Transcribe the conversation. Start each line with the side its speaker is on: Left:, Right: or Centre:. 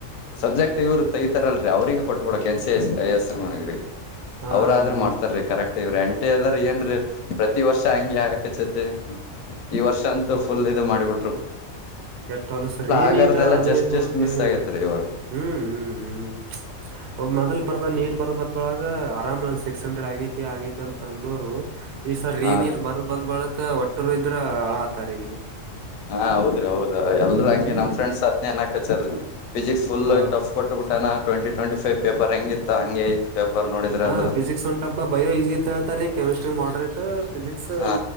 Left: subject ಇವ್ರು ತಗಿತತಾರಲ್ರಿ ಅವ್ರಿಗೆ ಕೊಟ್ಬಿಡ ಕೆನ್ ಸಿ ಐ ಎಸ್ ಎಂ ಆಗ್ರಿ
Right: ಹಾ
Left: ಅವ್ರಾದ್ರರು
Right: ಇವ್
Left: ಮಾಡ್ತಾರೀ ಕರೆಕ್ಟ್ ಇವ್ರ ಎಂಟು ಅದ್ರ ಏನ್ೀ ಪ್ರತಿ ವರ್ಷ ಹಂಗೆ ಹಾಕಚ್ಚತಿ ಈ ವರ್ಷ ಅಂತೂ ಫುಲ್ ಇದು ಮಾಡಿಬಿಟ್ಟು
Right: ಕೆಟ್ರಲ್ ಸರಿೀ
Left: ಆಗಾರ್ದೆಲ್ಲ
Right: ನೀಟ ಅದು
Left: ಜಸ್ಟ್
Right: ಇದು
Left: ಜಸ್ಟ್
Right: ಅತ್
Left: ಮಿಸ್
Right: ಹೇಳಿ
Left: ಆಗೇತ್ರಿ ಇವಾಗ
Right: ಹ್ಮ್ ಹ್ಮ್ ಹ್ಮ್ ಒಬ್ ಮೊದಲ್ ಬರ್ದ ನೀಟ್ ಬರ್ ಬಂದ ಬಳಗ ಆರಾಮ್ ನ ಸಿಕ್ಸ್ ಹಂಡ್ರೆಡ್ ಆಗೈತಿ ಆಗೈತಿ ಅಂತ ಅಂದ್ರು ಈ ಸರ್ ರೀನ್
Left: ಹಾ ರೀ
Right: ಇಟ್ ಬರದ್ ಬಂದ್ ಬಳಕ ಒಟ್ಟರು ಇದ್ರ ಹಳ ಆತಾರ ಇಲ್ಲಿ
Left: ಹಾ ಹೌದ್ರಿ ಹೌದ ಎಲ್ರ ಹಂಗೆ
Right: ಹ್ಮ್
Left: ನಮ ಫ್ರೆ್ಸ್ ಹದನೇನ್ಕ್ ಹಚಾರರಿ ಫಿಸಿಿಕ್ಸ್ ುಲ್
Right: ಹೌದ್ರಿ
Left: ಟಫ್ ಕೊಟ್ಟಬ ಬಿಟ್ಟಾನ ಟ್ಂಟಿ ಟ್ವೆಂಟ ೈವ್ ಪೇಪರ್ ಹೆಂಗಿತ್ತು ಹಂ ಐತ್ ಪೇಪರ್ ನೋಡಿದ್ರೆ
Right: ಹಾ
Left: ಅದು
Right: ಫಿಸಿಕ್ಸ್ ಒಂದ ಟಫ ಬ ಬಯೋಲಿಜಿ ಇತ್ೇತಾರಿೀ ಕೆಮಿಸ್ಟ್ರಿ ಮಾಡ್ರೇಟ್ ಫಿಸಿಕ್ಸ್
Left: ಹಾ